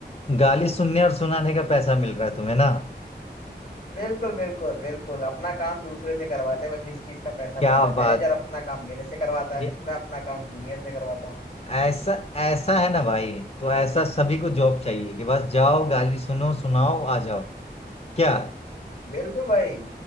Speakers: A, on the left; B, on the left.
A: गाली सुनने और सुनाने का पैसा मिल रहा है तुम्हें ना
B: बिल्कुल बिल्कुल बिल्कुल अपना काम दूसरे से करवाते हैं बस इस चीज का पैसा
A: क्या
B: मिल रहा है
A: बात
B: मैनेजर अपना काम मेरे से करवाता है
A: ये
B: मैं अपना काम जूनियर से करवाता हूँ
A: ऐसा ऐसा है ना भाई तो ऐसा सभी को जॉब चाहिए कि बस जाओ गाली सुनो सुनाओ आ जाओ क्या
B: बिल्कुल भाई